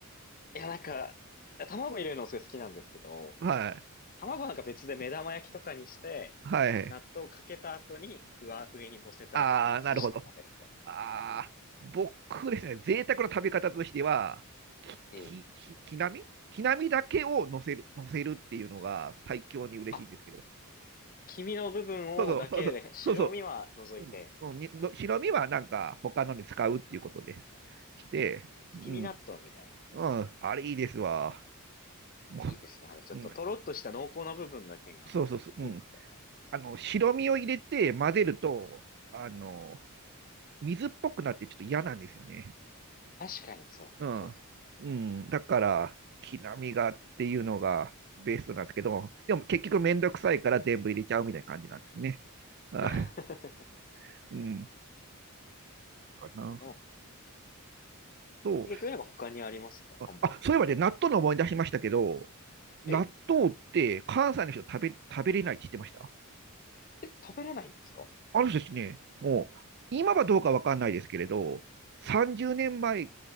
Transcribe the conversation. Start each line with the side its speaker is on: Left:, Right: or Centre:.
Left: いや、なんか、卵入れるのすごい好きなんですけど、
Right: はい。
Left: 卵なんか別で目玉焼きとかにして、
Right: はい。
Left: 納豆かけた後に上、上に乗せてあげて崩して食べるみたいなやり方。
Right: ああ、なるほど。ああ、僕ですね、贅沢な食べ方としては、
Left: ええ。
Right: き、き、き、きなみきなみだけを乗せる、乗せるっていうのが最強に嬉しいんですけど。
Left: あ、黄身の部分をだけで、
Right: そうそう、そうそう、
Left: 白身は除いて、
Right: そうそううん、うんにの白身はなんか他のに使うっていうことでして、
Left: 月見納豆みたいな感じです
Right: うん、うん、あれいいですわ。も
Left: ね。いいですね。あれ、ちょっととろっとした濃厚な部分だけが合わさっていいですよね。
Right: う、うん、そうそうそう、うん。あの、白身を入れて混ぜると、あの、水っぽくなってちょっと嫌なんですよね。
Left: 確かにそう、
Right: うん。
Left: そうです。
Right: うん、だから、木並みがっていうのがベストなんですけど、でも結局めんどくさいから全部入れちゃうみたいな感じなんですね。あ
Left: <laughs>
Right: <laughs> うん。かな。
Left: でも、
Right: と、
Left: 結局なんか他にありますかハンバーグから。
Right: あ、あそういえばね、納豆の思い出しましたけど、納豆って関西の人食べ、
Left: ええ。
Right: 食べれないって知ってました
Left: え、食べれないんですか
Right: あの人たちね、もう、今はどうかわかんないですけれど、30年前、